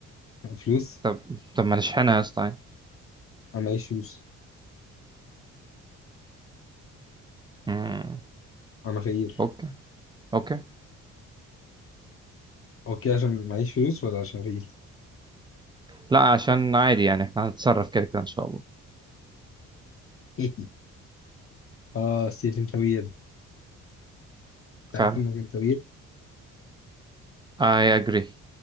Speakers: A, on the left; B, on the right.
A: فلوس
B: طب طب ما نشحنها يا اسطى يعني.
A: انا معيش فلوس
B: مم.
A: انا فقير
B: اوكي اوكي
A: اوكي عشان معيش فلوس ولا عشان فقير
B: لا عشان عادي يعني احنا هنتصرف كده كده ان شاء الله
A: <laughs> اه ستيفن توير انت
B: فعلا
A: عارف انك انت
B: I agree